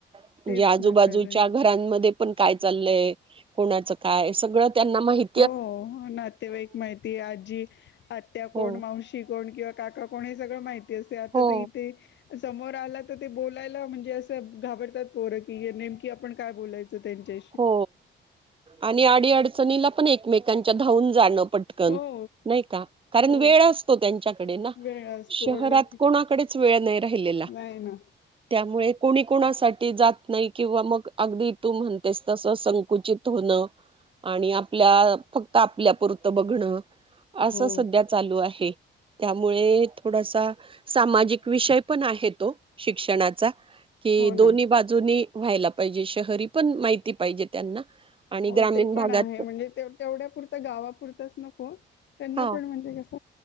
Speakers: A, on the right; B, on the left.
A: म्हणजे
B: तेच
A: आजूबाजूच्या
B: ना खरंय
A: घरांमध्ये पण काय चाललय कोणाचं काय सगळं त्यांना माहिित
B: हो नातेवाईक माहिती आजी आत्या कोण
A: हो
B: मावशी कोण किंवा काका कोणी सगळं माहिती असते आता
A: हो
B: ते इथे समोर आला तर ते बोलायला म्हणजे असं घाबरतात पोरं की नेमकी आपण काय बोलायचं त्यांच्या
A: हो आणि अडी अडचणीला पण एकमेकांच्या धावून जाणं पड टकन
B: हो
A: नाही का कारण
B: हो
A: वेळ असतो त्यांच्याकडे ना
B: वेळ असतो
A: शहरात
B: आणि
A: कोणाकडेच वेळ नाही राहिलेला
B: नाही ना
A: त्यामुळे कोणी कोणासाठी जात नाही किंवा मग अगदी तू म्हण तेच तस संकुचित होणं आणि आपल्या फक्त आपल्यापुरतं बघणं असं
B: हो
A: सध्या चालू आहे त्यामुळे थोडासा सामाजिक विषय पण आहे तो शिक्षणाचा कि
B: हो ना
A: दोन्ही बाजूननी व्हायला पाहिजे शहरी पण माहिती पाहिजे त्यांना आणि
B: हो
A: ग्रामीण
B: ते पण
A: भागात
B: आहे म्हणजे ते तेवढ्यापुरत गावापुरताच नको त्यांना
A: हा
B: पण म्हणजे कस